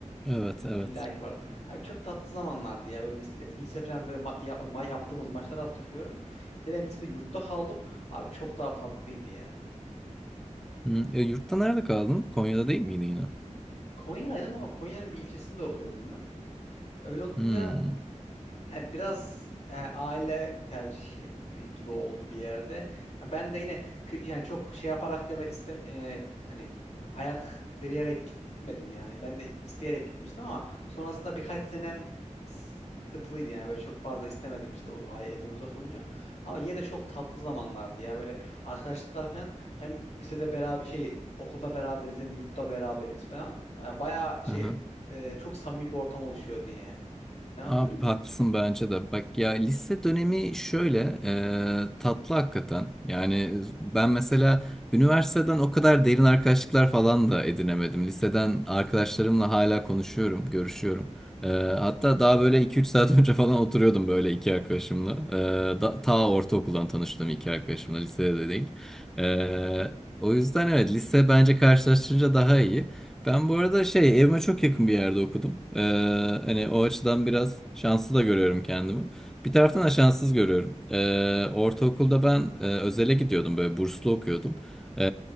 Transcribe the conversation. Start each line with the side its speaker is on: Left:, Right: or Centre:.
Centre: Evet, evet.
Left: İlla ki vardı. Abi çok tatlı zamanlardı ya. Böyle lise, lise falan böyle ma- ya- ma- yaptığımız maçları hatırlıyorum. Bir de ben lisede yurtta kaldım. Abi çok daha tatlıydı ya.
Centre: Hmm. E, yurtta nerede kaldın? Konya'da değil miydi yine?
Left: Konya'daydım ama Konya'nın bir ilçesinde okuyordum ben. Öyle olunca
Centre: Hmm.
Left: e, biraz e, aile tercihi e, gibi oldu bir yerde. Ha, Ben de yine kü- yani çok şey yaparak deme iste e, hani ayak direyerek gitmedim yani. Ben de isteyerek gitmiştim ama sonrasında birkaç senem sıkıntılıydı yani böyle çok fazla istemedim işte o aile evden uzak olunca. Ama yine de çok tatlı zamanlardı ya böyle arkadaşlıklar falan hem lisede beraber şey okulda beraberiz hem yurtta beraberiz falan. E, Bayağı şey
Centre: Aha.
Left: e, çok samimi bir ortam oluşuyordu yani. Sen hatırlıyor
Centre: Abi
Left: musun?
Centre: haklısın bence de. Bak ya lise dönemi şöyle e, tatlı hakikaten. Yani ben mesela üniversiteden o kadar derin arkadaşlıklar falan da edinemedim. Liseden arkadaşlarımla hala konuşuyorum, görüşüyorum. E, hatta daha böyle iki üç saat <laughs> önce falan oturuyordum böyle iki arkadaşımla. E, da, ta ortaokuldan tanıştığım iki arkadaşımla, lisede de değil. E, o yüzden evet lise bence karşılaştırınca daha iyi. Ben bu arada şey evime çok yakın bir yerde okudum. Ee, hani o açıdan biraz şanslı da görüyorum kendimi. Bir taraftan da şanssız görüyorum. Ee, ortaokulda ben e, özele gidiyordum böyle burslu okuyordum. Ee,